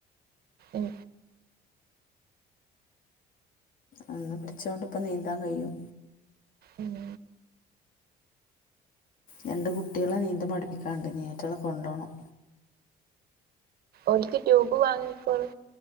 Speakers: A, on the right; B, on the left.
A: ഉം
B: അന്ന് പഠിച്ചോണ്ടിപ്പ നീന്താൻ കയ്യും
A: ഉം
B: രണ്ട് കുട്ടേളെ നീന്തൽ പഠിപ്പിക്കാന്ണ്ട് ഇനി അവറ്റേളെ കൊണ്ടോണം
A: ഓൽക്ക് ട്യൂബ് വാങ്ങിക്കോള്